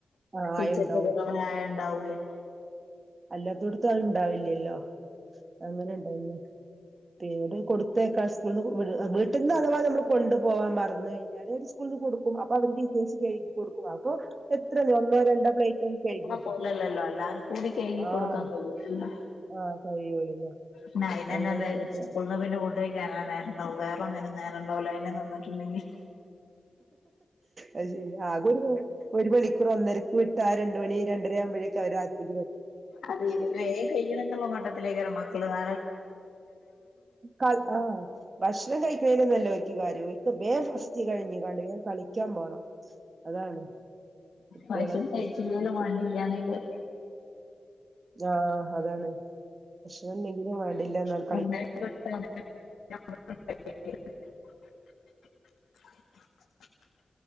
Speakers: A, on the right (about 50°); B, on the left (about 80°).
A: ആ
B: ചിച്ചക്ക്
A: ആയുണ്ടാവും
B: പുറമെ ആയ ഉണ്ടാവൂലേ
A: അല്ലാത്തോടത്ത അത് ഇണ്ടാവില്ലല്ലോ അങ്ങനെ ഇണ്ടാവില്ലേ പിന്നീട് കൊടുത്തേക്കാൾ സ്കൂളന്ന് വീട്ടിൽന്ന് അഥവാ നമ്മൾ കൊണ്ടു പോകവാൻ മറന്ന് കഴിഞ്ഞാൽ ഒരു സ്കൂളിന്ന് കൊടുക്കും അപ്പൊ അവര് ടീച്ചേഴസ് കഴുകി കൊടുക്കും അപ്പൊ എത്രല്ലോ ഒന്നോ രണ്ടോ പ്ലേയിറ്റ് ഒക്കെ കഴുകി വെക്കും
B: പോല്ലല്ലല്ലോ എല്ലാരും കൂടി കഴുകി
A: ആഹ്
B: കൊടുക്കാൻ കഴിയട്ടല്ല
A: ആഹ് കഴിയൂലല്ലേ
B: എന്ന ഇന്ന എന്താന്ന
A: അങ്ങനെയാണ് ഇപ്പൊ
B: സ്കൂളന്ന് പിന്നെ ഓട്ടോയിൽ കയറാൻ നേരം ഉണ്ടാവും വറ.. ന നേരണ്ടാവല അെ നിന്നിട്ടുണ്ടെങ്കിൽ
A: അ ശരി ആകൊ ഒരു ഒരു മണിക്കൂർ ഒന്നരക്ക് വിട്ട ആ രണ്ട് മണി രണ്ടര ആവുമ്പോഴേക്കെ അവത്തി
B: അതെ വേ കൈണങ്ങള മട്ടത്തിലേക്ക മക്കള് ന
A: ആ് ഭക്ഷണം കഴിക്കുന്ന നല്ലോ വേൻ ഫസ്റ്റ് കഴിഞ്ഞ ക വൻ കളിക്കാൻ പോകണം അതാണ് കുട്ടികളക്ക്
B: മനുഷ്യന് കഴിച്ചില്ലേലും
A: അ
B: വേണ്ടില്ലാന്നേക്കാരം
A: ആഹ് അതാണ് ഭക്ഷണം എന്തെങ്കിലും വേണ്ടില്ല നല്ല
B: <inaudible> <inaudible>